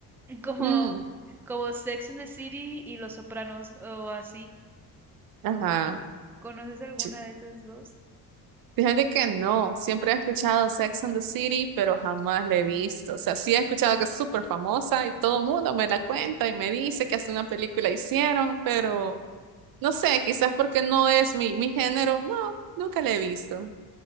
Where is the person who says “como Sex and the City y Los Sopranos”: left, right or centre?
Centre